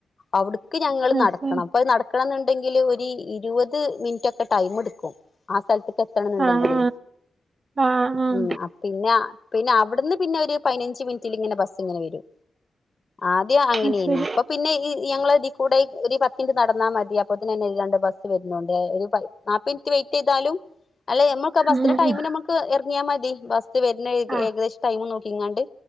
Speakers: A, on the left; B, on the right.
A: അവിടുക്ക് ഞങ്ങള്
B: അത്
A: നടക്കണം
B: ശരി
A: അപ്പം നട ക്കണം ന്ന്ണ്ടെങ്കില് ഒരു ഇരുപത് മിനിറ്റ് ഒക്കെ ടൈം എടുക്കും ആഹ് സ്ഥലത്ത്ക്കെ ത്തണംന്ന്ണ്ടങ്കില്
B: ആഹ് ആഹ് ആഹ് ആഹ്
A: ഉം അപ്പ് പിന്നെ പിന്നെ അവട്ന്ന് പിന്നെ ഒരു പതിനഞ്ച് മിനിറ്റിൽ ഇങ്ങനെ ബസ്സ് ഇങ്ങനെ വരും. ആദ്യം അങ്ങനേനി
B: അത് ശരി
A: ഇപ്പൊ പിന്നെ ഈ ഞങ്ങള് ഇതി കൂടെ ഒരു പത്തി മിനിറ്റ് നടന്നാൽ മതി അപ്പോത്ത്നന്നെ ഇതിലാണ്ട് ബസ്സ് വരും. ഉണ്ടേ ഒരു നാപ്പത് മിനിറ്റ് വെയിറ്റ് യ്താലും അല്ല ഞമ്മൾക്ക് ആഹ് ബസ്സ്ന്റെ
B: ഉം ഉം
A: ടൈമിന്
B: ഉം
A: നമ ക്ക് എറങ്ങിയാൽ മതി ബസ്സ് വര്ണ ഏക
B: ആഹ്
A: ഏകദേശ ടൈം നോക്കിങ്ങാണ്ട്.